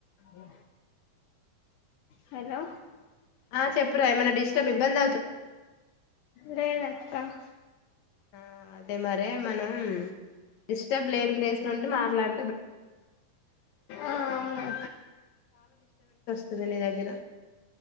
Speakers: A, on the left; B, on the left.
A: ఉ హలో
B: ఆ చెప్పరా ఏమన్నా డిస్టర్బ్ంగ్ బంద
A: లేదత
B: ఆ అదే మరి మనం డిస్టబ్ లేని ప్లేస్ నుండి మాట్లాడ
A: ఆ అవును
B: అదే దగ్గర